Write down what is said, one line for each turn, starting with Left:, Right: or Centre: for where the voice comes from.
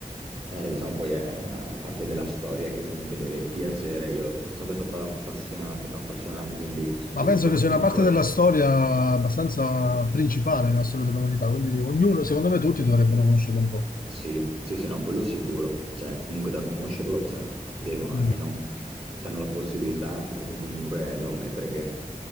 Right: Eh, diciamo poi è una parte della storia che comunque deve piacere. Io sono sempre stato affascinato, affascinato, quindi
Left: Ma
Right: io
Left: penso
Right: proprio
Left: che
Right: da
Left: sia
Right: piccolo,
Left: una parte della storia abbastanza principale nella storia dell'umanità, quindi ognuno, secondo me tutti dovrebbero conoscerla un po'.
Right: sì, sì, sì, no, quello sicuro. Cioè, comunque da conoscerlo, certo, devono,
Left: Mm.
Right: almeno se hanno la possibilità, perché comunque devo ammettere che